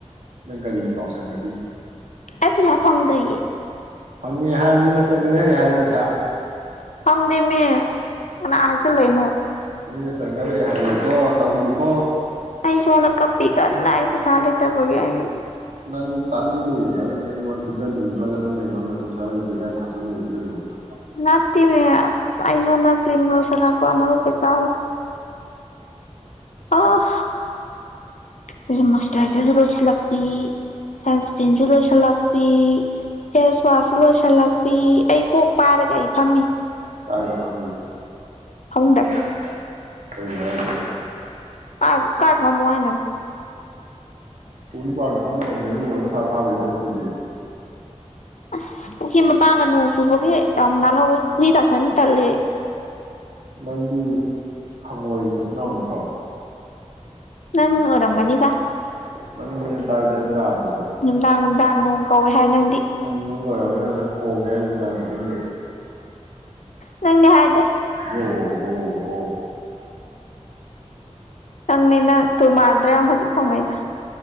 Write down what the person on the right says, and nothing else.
ꯅꯪ ꯀꯔꯤꯒꯤ ꯀꯥꯎꯁꯟꯅꯔꯤ
ꯐꯪꯉꯦ ꯍꯥꯏ ꯃꯤꯅ ꯆꯪꯉꯤꯅꯦ ꯍꯥꯏ ꯄꯩꯁꯥ
ꯃꯤꯅ ꯆꯪꯅꯔꯛꯏ ꯍꯥꯏꯌꯦꯀꯣ ꯇꯧꯅꯨꯀꯣ
ꯅꯪ ꯇꯥꯅꯤꯡꯗꯦ ꯅꯪ ꯑꯩꯉꯣꯟꯗ ꯄꯤꯖꯅꯤꯡꯗ꯭ꯔꯒ ꯅꯪ ꯅ ꯑꯩꯉꯣꯟꯗ ꯑꯗꯨꯝ ꯄꯩꯁꯥ ꯂꯩꯇꯦ ꯀꯥꯏ ꯈꯣꯠꯆ ꯂꯩ ꯀꯩꯗꯧꯕꯩꯅꯣ
ꯀꯥꯏꯗ ꯐꯝꯃꯤꯕ
ꯑꯍꯥ ꯀꯔꯤꯒꯤꯅꯣ ꯍꯥꯏꯖꯦ
ꯄꯨꯈ꯭ꯔꯤ ꯃꯄꯥꯟꯗ ꯐꯝꯒꯗꯕꯅꯤ ꯑꯗꯨꯒꯨꯝꯕꯩ ꯀꯊꯥ ꯁꯥꯕꯒꯤ ꯊꯕꯛꯇꯨꯗꯤ
ꯅꯪꯗꯤ ꯍꯪꯡꯉꯣꯏꯒꯤ ꯃꯆꯤꯟꯃꯅꯥꯎ ꯅꯠꯇ꯭ꯔꯣ
<unintelligible>
ꯅꯪ ꯅꯪ ꯑꯣꯏꯣꯔꯝꯅꯤ ꯈꯣꯡꯉꯦ ꯍꯥꯏꯗꯣ ꯂꯥꯟ ꯈꯨꯗꯤꯡꯒꯤ
ꯒꯣꯒꯣꯒꯣ